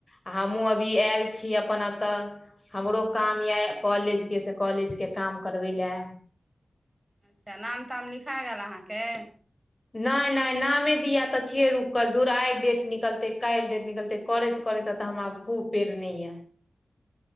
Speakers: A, on the left; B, on the right.
A: आ हमहहुँ अभी आयल छी अप एतऽ। हमरो काम यए कॉलेजके से कॉलेजके काम करबै लए
B: अच्छा नाम ताम लिखा गेल अहाँके?
A: नहि नहि नामे दिया तऽ छियै रुकल। दूर आइ डेट निकलतै काल्हि डेट निकलतै करैत करैत तऽ हमरा खूब पेड़ नहि यऽ